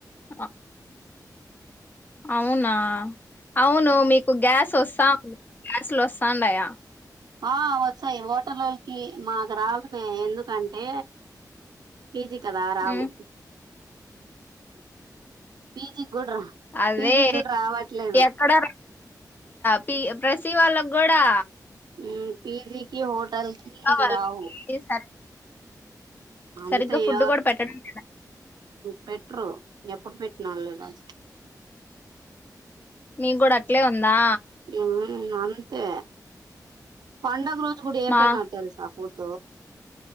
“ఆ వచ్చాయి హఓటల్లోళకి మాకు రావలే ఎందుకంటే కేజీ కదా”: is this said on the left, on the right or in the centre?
Right